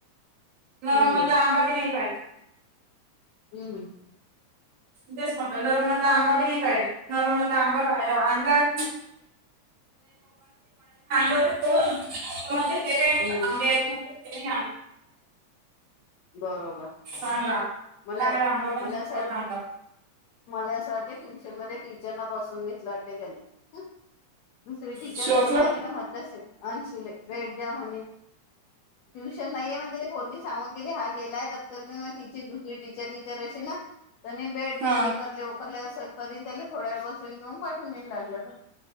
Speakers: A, on the right; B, on the left.
A: नरम
B: हम्म
A: मध्ये आंबा नाही पाहिजे - <inaudible>
B: हम्म
A: तेच म्हणलं नरम आंबा बी नाही पाहिजे नरम आंबा मडना आणल होते कोण ते
B: हम्म
A: आ- ते आण
B: बरोबर
A: चांगला आंबा.
B: मला
A: चांगला आंबा म्हणजे
B: मला असं
A: कडक
B: वाट
A: आंबा.
B: मला असं वाटते ट्यूशनमध्ये टीचरना बस - करून घेतलं वाटत त्यानं हम्म - दुसर टीचर
A: श्लोकला
B: असेल ना ती न म्हटलं असेल - अनशुले भेट द्या म्हणे ट्युशन नाहीये म्हणे त्यांनी पोरगी सांगून - गेली हा गेलाय दप्तर घेऊन मग टीचर दुसरी टीचर विचारत असेल ना - दनीन बेड जाईकरले
A: हा
B: उकरले - करीन त्याला थोड्या वेळ बसून मग पाठून देऊन लागलं तर